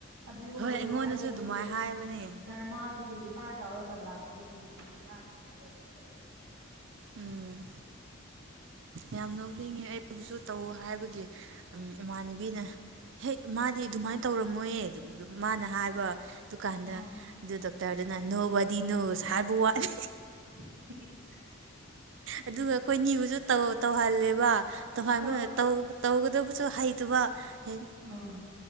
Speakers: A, on the right; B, on the right.
A: ꯑꯗꯨ ꯑꯣꯏꯔꯁꯨ
B: ꯍꯣꯏ ꯑꯩꯉꯣꯟꯗꯁꯨ
A: ꯑꯩꯗꯤ
B: ꯑꯗꯨꯃꯥꯏ ꯍꯥꯏꯕꯅꯦ
A: ꯙꯔꯃꯥ ꯗꯒꯤ ꯔꯤꯄ꯭ꯔꯥꯠ ꯇꯧꯔꯒ ꯂꯥꯛꯄꯅꯦ ꯀꯤꯔꯤꯒꯤꯔꯥꯅ ꯍꯥꯏꯒ꯭ꯔꯕꯅꯦ ꯑꯩꯗꯤ
B: ꯎꯝ
A: <unintelligible>
B: ꯌꯥꯝ ꯅꯣꯛꯅꯤꯡꯉꯦ ꯑꯩꯕꯨꯁꯨ ꯇꯧ ꯍꯥꯏꯕꯒꯤ ꯎꯝ ꯏꯃꯥꯟꯅꯕꯤꯅ ꯍꯦꯠ ꯃꯥꯗꯤ ꯑꯗꯨꯃꯥꯏꯅ ꯇꯧꯔꯝꯃꯣꯏꯌꯦ <unintelligible> ꯃꯅꯥ ꯍꯥꯏꯕ ꯗꯨ ꯀꯥꯟꯗ
A: ꯑꯥ
B: ꯑꯗꯨ ꯗꯣꯛꯇꯔꯗꯅ ꯅꯣꯕꯗꯤ ꯅꯣꯁ ꯍꯥꯏꯕ ꯋꯥꯠꯅꯤ
A: <unintelligible>
B: ꯑꯗꯨꯒ ꯑꯩꯈꯣꯏ ꯅꯤꯕꯨꯁꯨ ꯇꯧ ꯇꯧꯍꯜꯂꯦꯕ ꯇꯧꯍꯟꯕ
A: ꯍꯣꯏ
B: ꯇꯧ ꯇꯧꯒꯗꯕꯁꯨ ꯍꯩꯇꯕ ꯍꯦ
A: ꯑꯥ